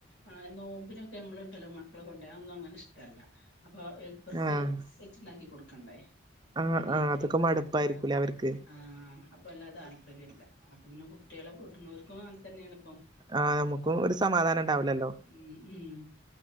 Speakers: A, on the left (about 65°); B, on the right (about 20°).
A: ആഹ് നോമ്പിനൊക്കെ ഞമ്മള്ണ്ടല്ലോ മക്കള കൊണ്ടേ അതൊന്നും അങ്ങനെ ഇഷ്ടല്ല അപ്പൊ ഹെൽപ്പർക്ക്
B: ആഹ്
A: വെച്ച്ണ്ടാക്കി കൊടുക്കണ്ടേ
B: ആഹ്
A: പണിയല്ലേ
B: ആഹ് അതൊക്കെ മടുപ്പായിരിക്കൂലേ
A: ആഹ് അത്
B: അവർക്ക്
A: ആഹ് പ്പം വല്ലാ താല്പര്യല്ല അപ്പ പിന്നെ കുട്ടികളെ കൂട്ട്ണോർക്കും അങ്ങനെ തന്നെയാണ്പ്പം
B: ആഹ് നമുക്കും ഒരു സമാധാനം ഉണ്ടാവുല്ലല്ലോ
A: ഉം ഉം